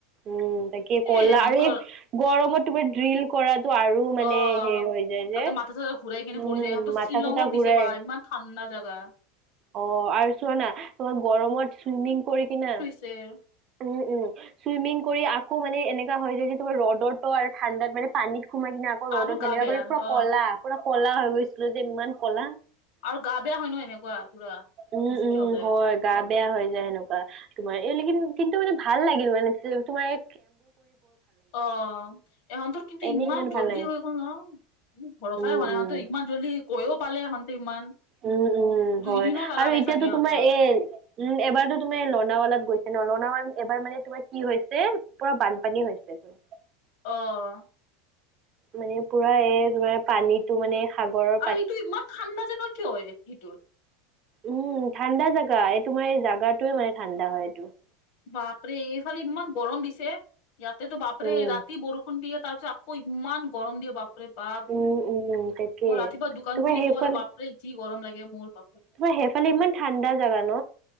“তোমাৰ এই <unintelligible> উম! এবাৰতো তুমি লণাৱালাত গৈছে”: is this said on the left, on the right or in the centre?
Right